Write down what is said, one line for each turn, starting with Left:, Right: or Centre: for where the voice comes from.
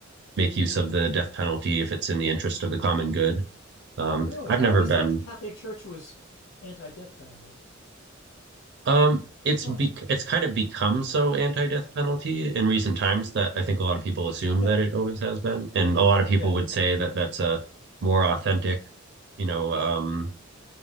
Right: make use of the death penalty if it's in the interest of the common good. Um,
Left: oh really?
Right: I've
Left: I
Right: never
Left: always
Right: been.
Left: thought the Catholic Church was anti-death penalty.
Right: Um, it's
Left: Oh,
Right: be- it's kind of become so anti-death penalty in recent times that I think a lot of people assume
Left: okay,
Right: that it always has been, and a lot of people
Left: yeah,
Right: would say that that's a more authentic, you know, um,